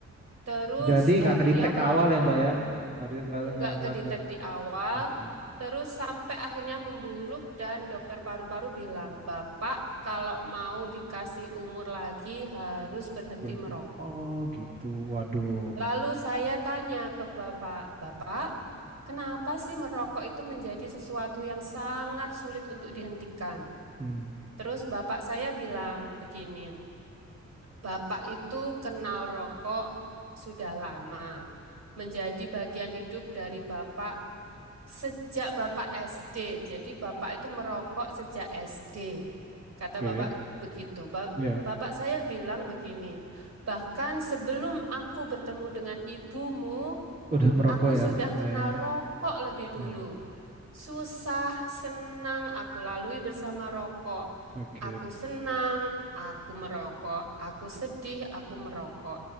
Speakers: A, on the right (about 65°); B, on the right (about 30°).
A: terus
B: Jadi nggak
A: eh,
B: ke
A: beliau
B: di
A: mengalami
B: awal ya, Mbak ya? Nggak di- nggak
A: nggak
B: nggak nggak
A: kedetek
B: ke.
A: di awal,
B: Oke,
A: terus sampai akhirnya memburuk dan dokter paru-paru bilang, Bapak kalau mau dikasih umur lagi harus berhenti
B: berhenti.
A: merokok.
B: Oh gitu,
A: Tuh.
B: waduh.
A: Lalu saya tanya ke Bapak, Bapak, kenapa sih merokok itu menjadi sesuatu yang sangat sulit untuk dihentikan?
B: Hmm,
A: Terus Bapak saya bilang begini, Bapak itu kenal rokok sudah lama menjadi bagian hidup dari Bapak Sejak Bapak SD, jadi Bapak itu merokok sejak SD. Kata
B: oke.
A: Bapak begitu. Ba-
B: Ya,
A: Bapak saya bilang begini, bahkan sebelum aku bertemu dengan ibumu,
B: udah merokok
A: aku
B: ya?
A: sudah
B: Ya
A: kenal
B: ya
A: rokok lebih dulu.
B: ya.
A: Susah, senang aku lalui bersama rokok.
B: Oke.
A: Aku senang, aku merokok. Aku sedih, aku merokok.